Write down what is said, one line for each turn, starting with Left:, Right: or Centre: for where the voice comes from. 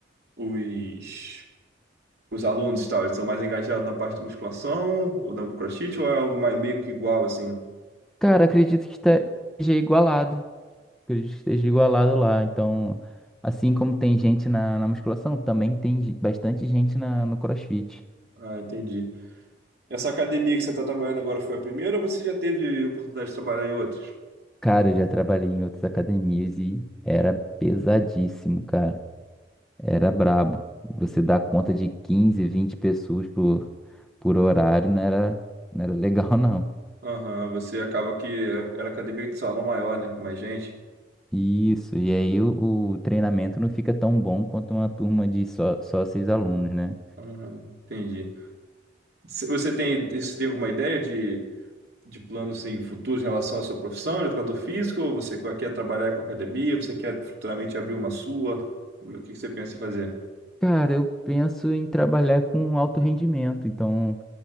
Right: os Os alunos, e tal, eles são mais engajados na parte de musculação ou da CrossFit ou é algo mais, meio que igual, assim?
Centre: Cara, acredito que está- esteja igualado. acredito que ele esteja igualado lá. Então, assim como tem gente na, na musculação, também tem ge- bastante gente na, no CrossFit.
Right: Ah, entendi. Essa academia que você está trabalhando agora foi a primeira ou você já teve oportunidade de trabalhar em outras?
Centre: Cara, eu já trabalhei em outras academias e era pesadíssimo, cara. Era brabo. Você dar conta de 15, 20 pessoas por, por horário não era, não era <laughs> legal, não.
Right: Aham, você acaba que era academia de salão maior, né? Com mais gente.
Centre: Isso, e aí o, o treinamento não fica tão bom quanto uma turma de só, só seis alunos, né?
Right: Aham, entendi. Se- Você tem, você tem alguma ideia de, de planos assim, futuros em relação à sua profissão, de educador físico? Ou você quer trabalhar com academia? Você quer futuramente abrir uma sua? O que que você pensa em fazer?
Centre: Cara, eu penso em trabalhar com alto rendimento, então.